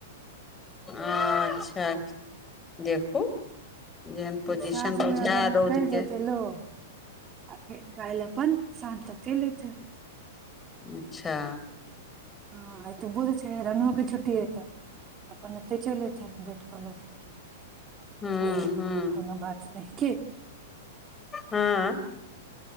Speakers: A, on the left (about 15°); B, on the right (about 30°).
A: अच्छा देखू जेहन पोजिशन
B: साँझमे
A: बुझाय
B: अगर निकलि
A: रौद
B: जेतै
A: के
B: लोक आ फेर काल्हि अपन सात चलि एतै
A: अच्छा
B: हॅं आइ त बुध छै रेणु के छुट्टी हेतै अपन एते चलि एथिन भेंट चलि छथिन
A: हूँ
B: नहि एथिन
A: हूँ
B: तऽ कोनो बात नहि कि
A: हँ